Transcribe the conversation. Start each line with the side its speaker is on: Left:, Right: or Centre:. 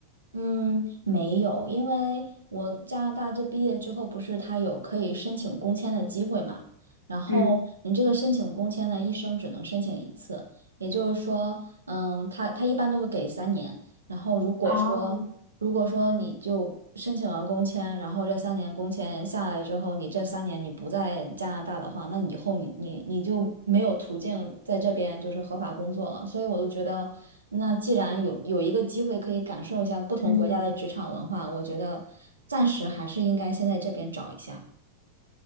Right: 嗯，没有，因为我加拿大这毕业之后，不是他有可以申请工签的机会嘛？然后你这个申请工签呢，
Left: 嗯，
Right: 一生只能申请一次，也就是说，嗯，他他一般都会给三年。然后如果说如果说你就申请了工签，
Left: 哦，
Right: 然后这三年工签下来之后，你这三年你不在加拿大的话，那以后你你你就没有途径在这边就是合法工作了。所以我就觉得，那既然有有一个机会可以感受一下不同国家的职场文化，
Left: 嗯。
Right: 我觉得暂时还是应该先在这边找一下。